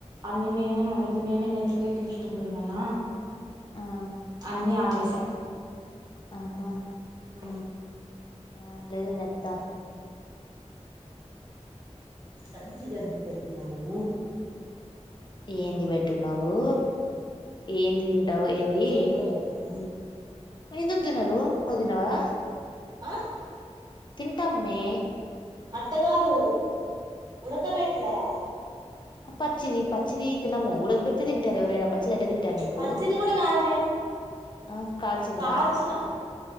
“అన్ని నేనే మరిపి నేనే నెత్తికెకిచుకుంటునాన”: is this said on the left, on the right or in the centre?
Right